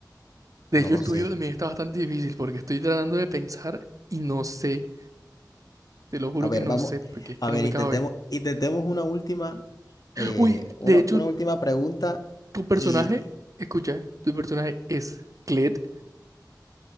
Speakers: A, on the right; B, on the left.
A: de hecho
B: No
A: el
B: lo
A: tuyo
B: sé.
A: también está bastante difícil porque estoy tratando de pensar y no sé. Te lo juro
B: A ver,
A: que no
B: vamos,
A: sé porque es que
B: a ver,
A: no me
B: intentemos,
A: cabe.
B: intentemos una última, eh,
A: Uy,
B: una,
A: de hecho,
B: una última pregunta
A: Tu personaje,
B: y,
A: escucha, tu personaje es Klett.